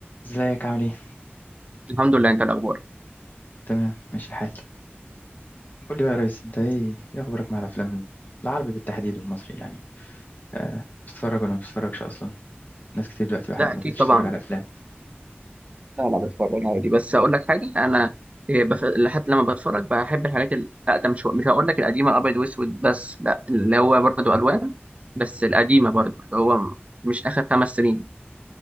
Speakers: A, on the left (about 45°); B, on the right (about 30°).
A: ازيك عامل ايه؟
B: الحمد لله انت إيه الاخبار
A: تمام ماشي الحال قول لي بقى يا ريس انت ايه ايه اخبارك مع الافلام العربي بالتحديد والمصري يعني أه بتتفرج ولا ما بتتفرجش اصلا ناس كتير دلوقتي واحد
B: لا اكيد
A: ما بقتش
B: طبعا
A: تتفرج على افلام
B: لا لا بتفرج عادي بس اقول لك حاجه انا إيه، بف... لحد لما بتفرج بحب الحاجات الاقدم شويه مش هقول لك القديمه ابيض واسود بس لا اللي هو برضه الوان بس القديمه برضه اللي هو م- مش اخر خمس سنين